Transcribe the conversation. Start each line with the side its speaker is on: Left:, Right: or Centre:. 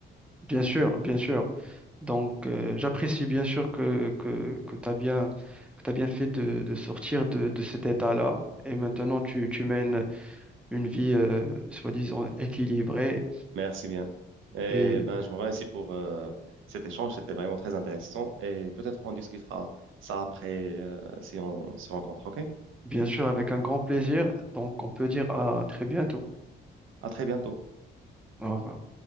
Centre: Bien sûr, bien sûr. Donc, euh, j'apprécie bien sûr que, que, que tu as bien, que t'as bien fait de, de sortir de, de cet état-là. Et maintenant, tu, tu mènes une vie, euh, soi-disant, équilibrée.
Right: Merci bien. Et
Centre: Et
Right: ben, je vous remercie pour euh, cet échange. C'était vraiment très intéressant. Et peut-être on discutera ça après euh, si on se rencontre. OK?
Centre: bien sûr, avec un grand plaisir. Donc, on peut dire à très bientôt.
Right: À très bientôt.
Centre: Au revoir.